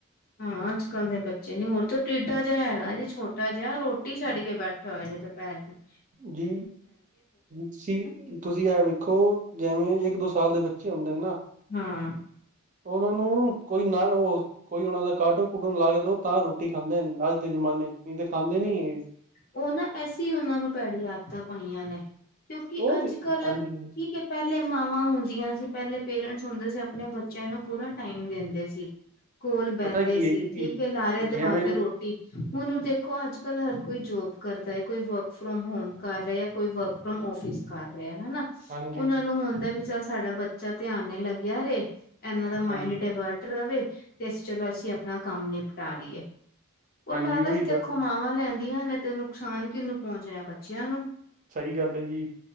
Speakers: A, on the left; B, on the right.
A: ਹਾਂ, ਅੱਜ ਕੱਲ ਦੇ ਬੱਚੇ ਨੀ, ਹੋਰ ਤਾਂ ਟਿਡਾ ਜੇਆ ਹੈਗਾ ਜੇ, ਛੋਟਾ ਜੇਆ, ਰੋਟੀ ਛੱਡ ਕੇ ਬੈਠਾ। ਧੋਏ ਜੇ ਤੇ ਪੈਰ <unintelligible>
B: ਜੀ ਸੀ। ਤੁਸੀਂ ਐ ਵੇਖੋ, ਜੈਵੇਂ ਇੱਕ ਦੋ- ਸਾਲ ਦੇ ਬੱਚੇ ਹੁੰਦੇ ਨਾ।
A: ਹਾਂ।
B: ਓਨਾਂ ਨੂੰ ਕੋਈ ਨਾਲ ਹੋਰ ਕੋਈ ਓਨਾਂ ਦਾ ਕਾਰਟੂਨ- ਕਾਰਟੂਨ ਲਾ ਕੇ ਦੋ ਤਾਂ ਰੋਟੀ ਖਾਂਦੇ ਨ, ਅੱਜ ਦੇ ਜਮਾਨੇ 'ਚ ਨਈ ਤਾਂ ਖਾਂਦੇ ਨੀ।
A: ਓ ਨਾ, ਐਸੀ ਓਨਾਂ ਨੂੰ ਭੈੜੀ ਆਦਤਾਂ ਪਾਈਆਂ ਨੇ, ਕਿਉਂਕਿ
B: ਉਹ
A: ਅੱਜ
B: ਤੇ
A: -ਕੱਲ
B: ਹਾਂਜੀ
A: ਠੀਕ ਐ। ਪਹਿਲੇ ਮਾਵਾਂ ਹੁੰਦੀਆਂ ਸੀ, ਪਹਿਲੇ ਪੇਰੈਂਟਸ ਹੁੰਦੇ ਸੀ, ਅਪਨੇ ਬੱਚਿਆਂ ਨੂੰ ਪੂਰਾ ਟਾਈਮ ਦੇਂਦੇ ਸੀ। ਕੋਲ ਬਹਿੰਦੇ
B: ਪਤਾ ਕੀ
A: ਸੀ,
B: ਹੈ ਜੀ
A: ਠੀਕ ਏ ਲਾਰੇ
B: ਜਿਵੇਂ
A: ਦਵਾ ਕੇ ਰੋਟੀ ਹੁਨ ਦੇਖੋ, ਅੱਜ -ਕੱਲ ਹਰ ਕੋਈ ਜੋਬ ਕਰਦੈ, ਕੋਈ ਵਰਕ ਫਰੋਮ ਹੋਮ ਕਰ ਰੇਆ। ਕੋਈ ਵਰਕ ਫਰੋਮ ਔਫਿਸ ਕਰ ਰੇਆ, ਹੈਨਾ?
B: ਹਾਂਜੀ
A: ਓਨਾਂ ਨੂੰ ਹੁੰਦਾ ਬਈ, ਚੱਲ ਸਾਡਾ ਬੱਚਾ ਧਿਆਨੇ ਲੱਗਿਆ ਰੇ, ਏਨਾਂ ਦਾ ਮਾਇੰਡ
B: ਹਾਂ
A: ਡਾਇਵਰਟ ਰਵੇ, ਤੇ ਅਸੀਂ ਚਲੋ ਅਸੀਂ ਆਪਣਾ ਕੰਮ ਨਿਪਟਾ ਲਈਏ। ਉਹ
B: ਹਾਂਜੀ
A: ਲਾਲਚ
B: ਉਹੀ
A: ਦੇਖੋ,
B: ਗੱਲ
A: ਮਾਵਾਂ ਲੈਂਦੀਆਂ ਨੇ ਤੇ ਨੁਕਸਾਨ ਕਿਨੂੰ ਪਹੁੰਚਨੈ? ਬੱਚਿਆਂ ਨੂੰ।
B: ਸਹੀ ਗੱਲ ਏ ਜੀ।